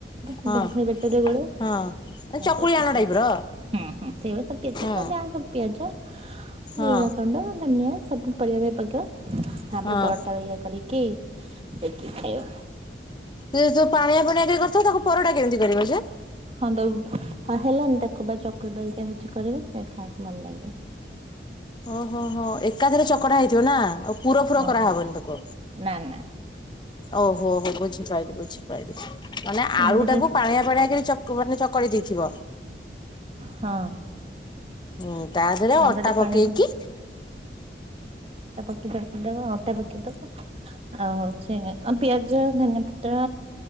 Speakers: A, on the right; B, on the left.
A: <unintelligible>
B: ହଁ ହଁ
A: ଆଉ
B: ଚକୁଳି
A: ସବୁ ପକେଇବେ।
B: ଆଣ ଟାଇପ ର
A: ହୁଁ ହୁଁ। <unintelligible>
B: ହଁ
A: ସବୁ ପିଆଜ।
B: ହଁ
A: ଲୁଣ, ଗୁଣ୍ଡ ଧନିଆ ସ ପରିବା ବି ପକେଇବ, ତାପରେ
B: ହଁ
A: ପରଟା ଭାଲିଆ କରିକି, ସେ ଖାଇବ।
B: ସେ ଯୋଉ ପାଣିଆ, ଫାଣିଆ ଟିକେ କରି ଥିବ, ତାକୁ ପରଟା କେମିତି କରିବ ଯେ?
A: ହଁ ତ ହଁ ହେଲାନି ଦେଖ ବା ଚକୁଳି ପରିକା ହୋଉଛି କରିବୁ, ସେ ଖାଇବାକୁ ଭଲ ଲାଗିବ।
B: ଓଁ ହଁ ହଁ ଏ ଏକାଥରେ ଚକଡା ହେଇଥିବ ନା, ଆଉ ପୁର ଫୁର
A: ହଁ
B: କରାହବନି ଆଉ ତକୁ?
A: ନା ନା।
B: ଓହୋ ହୋ ବୁଝିପାଇଲିି, ବୁଝିପାଇଲିି ମାନେ
A: ସେମିତି
B: ଆଳୁ
A: କରି
B: ଟାକୁ ପାଣିଆ ପାଣିଆ କରି ଚ <unintelligible> ଦେଇଥିବ।
A: ହଁ।
B: ହୁଁ ତା। ଦେହରେ
A: ଆଉ
B: ଅଟା
A: ଗେଟେ ଟେ
B: ପକେଇକି
A: ପାଣି ପକେ ପକେଇଖଦବା ଅଟା ପକେଇଦବା। ଆଉ ହଉଛି ଆ ପିଆଜ ଧନିଆ ପତ୍ର